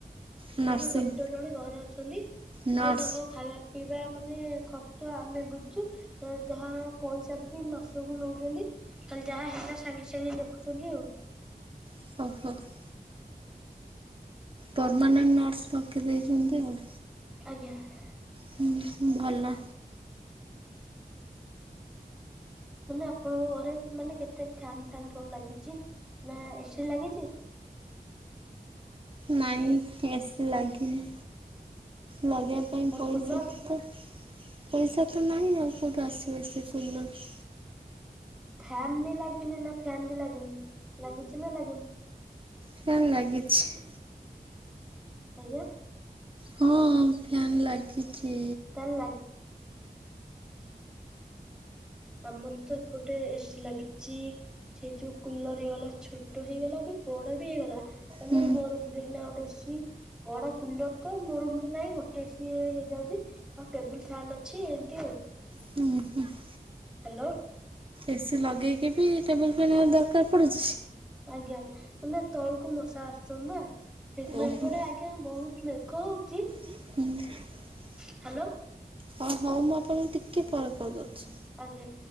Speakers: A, on the right; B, in the centre.
A: ନର୍ସିଂ
B: ସେ ଯୋଉ ଡକ୍ଟର ଜଣେ ଘରେ ଅଛନ୍ତି ସିଏ
A: ନର୍ସ
B: ତାଙ୍କ ଖାଇବା ପିଇବା ମାନେ ଖର୍ଚ୍ଚ ଆମେ ବୁଝୁ ଯାହା ପଇସା ବି ମାସକୁ ନେଉଛନ୍ତି କାଲି ଯାହା ହେଲା ସାଙ୍ଗେ ସାଙ୍ଗେ ଦେଖୁଥୁଲି ଆଉ।
A: <inaudible> ପର୍ମାନେଣ୍ଟ୍ ନର୍ସ ରଖି ଦେଇ--ନ୍ତି ଆଉ।
B: ଆଜ୍ଞା।
A: ହୁଁ ଭଲ।
B: ମାନେ ଆପଣଙ୍କ ଘରେ ମାନେ କେତେ ଫ୍ୟାନ୍‌ ଫ୍ୟାନ୍‌ ସବୁ ଲାଗିଚି, ନା ଏସି ଲାଗିଚି?
A: ନାଇଁ, ଏସି ଲାଗିନି। ଲଗେଇବା ପାଇଁ
B: ଆଉ
A: ପଇସା
B: କୁଲର?
A: ତ ପଇସା ତ ନାହିଁ ଆଉ, କଉଠୁ ଆସିବ ଏସି କୁଲର୍?
B: ଫ୍ୟାନ୍ ବି ଲାଗିନି ନା ଫ୍ୟାନ୍‌ ବି ଲାଗିନି, ଲାଗିଚି ନା ଲାଗିନି?
A: <inaudible>
B: ଆଜ୍ଞା।
A: ହଁ, ଫ୍ୟାନ୍ ଲାଗିଚି।
B: ତାହେଲେ ଆମର୍ ତ ଏପଟେ ଏସି ଲାଗିଚି। ସେ ଯଉ କୁଲର୍ ହେଇଗଲା, ଛୋଟ ହେଇଗଲା ବି ବଡ଼ ବି ହେଇଗଲା। ମାନେ
A: ହୁଁ
B: ମୋ ରୁମ ଯକନା ଗୋଟେ ଏସି ବଡ କୁଲର ତ ମୋ ରୁମ ରେ ନାଇଁ ଗୋଟେ ଡ୍ରେସି ହେଇଯାଉି ଆଉ ଟେବୁଲ ଫ୍ୟାନ୍ ଅଛି ଏମିତି ଆଉ
A: <unintelligible>
B: ହାଲୋ।
A: ଏସିି ଲଗେଇକି ବି, ଟେବୁଲ୍ ଫ୍ୟାନ୍‌ ଦରକାର୍ ପଡୁଛି।
B: ଆଜ୍ଞା, ତଳୁକୁ ମଶା ଆ------ନା। ସେଇଥି ଇଁ
A: ଓହୋ।
B: ଏପଟେ ଆଜ୍ଞା, ବହୁତ୍ ମେଘ ହଉଚି।
A: <inaudible>
B: <inaudible>
A: ହଁ, ହଉ ମୁଁ ଆପଣ ଟିକେ ପରେ କଲ୍ କ---ଚି।
B: ଆଜ୍ଞା।